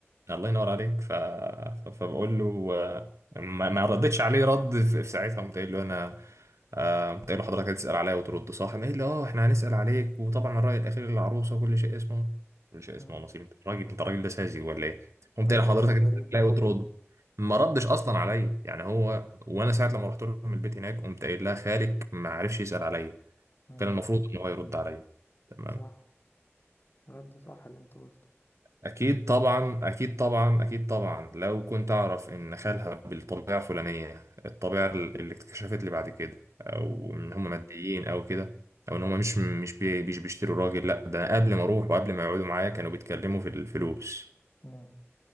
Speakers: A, on the right; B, on the left.
A: الله ينور عليك ف... ف- فبقول له آه، ما, ما ردتش عليه رد في, في ساعتها قمت قايل له انا آه، قمت قايل له حضرتك هتسال عليا وترد صح قام قايل لي اه احنا هنسال عليك وطبعا الراي الاخير للعروسه كل شيء اسمه كل شيء اسمه
B: مم.
A: نصيب انت راجل انت راجل ده ساذج ولا ايه قمت
B: ايه
A: قايل
B: الرد
A: لحضرتك
B: الغريب
A: هتسال
B: ده
A: عليا وترد ما ردش اصلا عليا يعني هو وانا ساعه لما رحت لهم البيت هناك قمت قايل لها خالك ما عرفش يسال عليا
B: مم.
A: كان المفروض ان هو يرد عليا تمام
B: صح رد صح اللي انت قلته
A: أكيد طبعا أكيد طبعا أكيد طبعا لو كنت أعرف إن خالها بالطبيعة الفلانية الطبيعة اللي اكتشفت لي بعد كده أو
B: مم.
A: إن هم ماديين أو كده أو إن هم مش مش بي مش بيشتروا راجل لأ ده قبل ما أروح وقبل ما يقعدوا معايا كانوا بيتكلموا في الفلوس
B: مم.